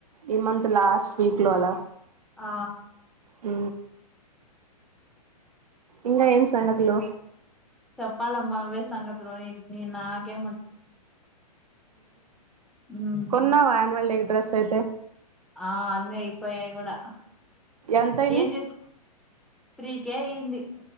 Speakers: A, on the right; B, in the centre.
A: ఈ మంత్ లాస్ట్ వీక్ లో అలా
B: ఆ
A: ఆ ఇంకా ఏం సంగతులు
B: చెప్పాలమ్మా నువ్వే సంగతులు నేను నా కేం ఉమ్
A: కొన్నావా అన్యూవల్డే కి డ్రెస్ <unintelligible>
B: ఆ అన్నీ అయిపోయాయి కూడా
A: ఎంతయినయి
B: ఏం చేసు త్రీ కే అయ్యింది